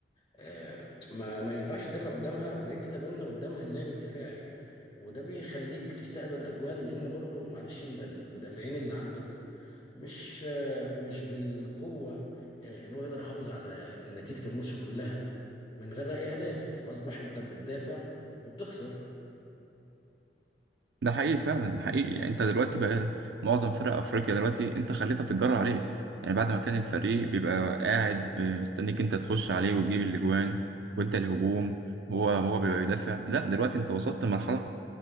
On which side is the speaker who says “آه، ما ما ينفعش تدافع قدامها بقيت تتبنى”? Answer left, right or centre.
Left